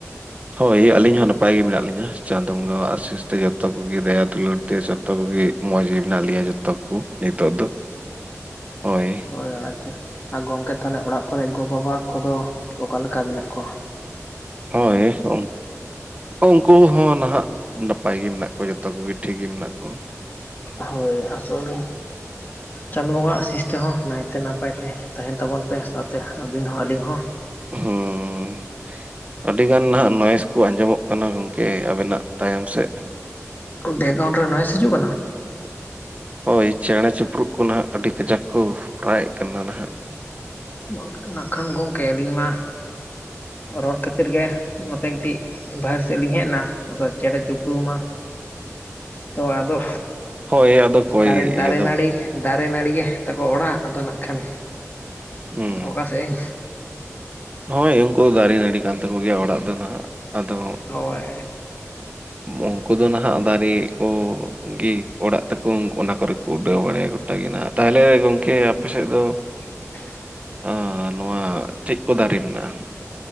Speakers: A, on the right (about 25°); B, on the left (about 35°).
A: ᱦᱳᱭ ᱟᱹᱞᱤᱧ ᱦᱚᱸ ᱱᱟᱯᱟᱭ ᱜᱮ ᱢᱮᱱᱟᱜ ᱞᱤᱧᱟ ᱪᱟᱸᱫᱳ ᱵᱚᱸᱜᱟᱣᱟᱜ ᱟᱥᱤᱥ ᱛᱮ ᱡᱚᱛᱚ ᱠᱚᱜᱮ ᱫᱟᱭᱟ ᱫᱩᱞᱟᱹᱲ ᱛᱮ ᱡᱚᱛᱚ ᱠᱩᱜᱤ ᱢᱚᱸᱡᱽ ᱜᱮ ᱢᱮᱱᱟᱜ ᱞᱮᱭᱟ ᱡᱚᱛᱚ ᱠᱩ ᱱᱤᱛᱚᱜ ᱫᱚ ᱦᱳᱭ᱾
B: ᱟᱪᱷᱟ ᱾ ᱟᱨ ᱜᱚᱝᱠᱮ ᱛᱟᱦᱚᱞᱮ ᱚᱲᱟᱜ ᱠᱚᱨᱮ ᱜᱚ ᱵᱟᱵᱟ ᱠᱚᱫᱚ ᱚᱠᱟ ᱞᱮᱠᱟ ᱢᱮᱱᱟᱜ ᱠᱚᱣᱟ?
A: ᱦᱳᱭ ᱾ ᱩᱱᱠᱩ ᱦᱚᱸ ᱱᱟᱦᱟᱸᱜ ᱱᱟᱯᱟᱭ ᱜᱮ ᱢᱮᱱᱟᱜ ᱠᱚᱣᱟ ᱡᱚᱛᱚ ᱠᱚᱜᱮ ᱴᱷᱤᱠ ᱜᱮ ᱢᱮᱱᱟᱜ ᱠᱚᱣᱟ᱾
B: ᱦᱳᱭ ᱟᱥᱚᱜ ᱟᱹᱞᱤᱧ ᱪᱟᱸᱫᱳ ᱵᱚᱸᱜᱟ ᱟᱥᱤᱥ ᱛᱮᱦᱚᱸ ᱱᱟᱭᱛᱮ ᱱᱟᱯ ᱱᱟᱯᱟᱭᱛᱮ ᱛᱟᱦᱮᱱ ᱛᱟᱵᱚᱱ ᱯᱮ ᱥᱟᱶᱛᱮ ᱟᱹᱵᱤᱱ ᱦᱚᱸ ᱟᱹᱞᱤᱧ ᱦᱚᱸ᱾
A: ᱦᱚᱸ ᱟᱹᱰᱤ ᱜᱟᱱ ᱱᱟᱦᱟᱸᱜ ᱱᱚᱭᱮᱥ ᱠᱚ ᱟᱸᱡᱚᱢᱚᱜ ᱠᱟᱱᱟ ᱜᱚᱝ ᱠᱮ ᱟᱹᱵᱤᱱᱟᱜ ᱛᱟᱭᱚᱢ ᱥᱮᱜ
B: ᱵᱮᱠᱜᱨᱟᱣᱩᱱᱰ ᱨᱮ ᱱᱚᱭᱮᱥ ᱦᱤᱡᱩᱜ ᱠᱟᱱᱟ?
A: ᱦᱳᱭ ᱪᱮᱬᱮ ᱪᱩᱯᱨᱩᱫ ᱠᱚ ᱱᱟᱦᱟᱸᱜ ᱟᱹᱰᱤ ᱠᱟᱡᱟᱠ ᱠᱚ ᱨᱟᱜ ᱮᱜ ᱠᱟᱱᱟ ᱱᱟᱦᱟᱸᱜ᱾
B: <inaudible> ᱱᱟᱜ ᱠᱷᱟᱱ ᱜᱚᱢᱠᱮ ᱟᱹᱞᱤᱧ ᱢᱟ ᱨᱚᱲ ᱠᱷᱟᱹᱛᱤᱨ ᱜᱮ ᱱᱚᱛᱮ ᱠᱟᱹᱴᱤᱡ ᱵᱟᱦᱮᱨᱮ ᱥᱮᱫ ᱞᱤᱧ ᱦᱮᱡᱱᱟ᱾ ᱟᱫᱚ ᱪᱮᱬᱮ ᱪᱤᱯᱲᱩ ᱢᱟ ᱛᱚ ᱟᱫᱚ
A: ᱦᱳᱭ ᱟᱫᱚ ᱚᱠᱚᱭ
B: ᱫᱟᱨᱮ ᱫᱟᱨᱮ
A: ᱤᱭᱟᱹ ᱫᱚ
B: ᱱᱟᱹᱲᱤ ᱫᱟᱨᱮ ᱱᱟᱹᱲᱤ ᱜᱮ ᱛᱟᱠᱚ ᱚᱲᱟᱜ ᱟᱫᱚ ᱱᱟᱜ ᱠᱷᱟᱱ
A: ᱦᱩᱸ
B: ᱚᱠᱟᱥᱮᱜ ᱤᱧ
A: ᱦᱳᱭ ᱩᱝᱠᱩ ᱫᱚ ᱫᱟᱨᱮ ᱱᱟᱹᱲᱤ ᱠᱟᱱ ᱛᱟᱠᱚ ᱜᱮᱭᱟ ᱚᱲᱟᱜ ᱫᱚ ᱱᱟᱦᱟᱸᱜ, ᱟᱫᱚ
B: ᱦᱳᱭ
A: ᱩᱝᱠᱩ ᱫᱚ ᱱᱟᱦᱟᱸᱜ ᱫᱟᱨᱮ ᱠᱚᱜᱤ ᱚᱲᱟᱜ ᱛᱟᱠᱚ ᱚᱱᱟ ᱠᱚᱨᱮ ᱩᱰᱟᱹᱣ ᱵᱟᱲᱭᱟ ᱜᱚᱴᱟᱜᱤ ᱱᱟᱦᱟᱸᱜ ᱛᱟᱦᱚᱞᱮ ᱜᱚᱝᱠᱮ ᱟᱯᱮ ᱥᱮᱫ ᱫᱚ
B: <unintelligible>
A: ᱟᱨ ᱱᱚᱣᱟ ᱪᱮᱜ ᱠᱚ ᱫᱟᱨᱮ ᱢᱮᱱᱟᱜ-ᱟ?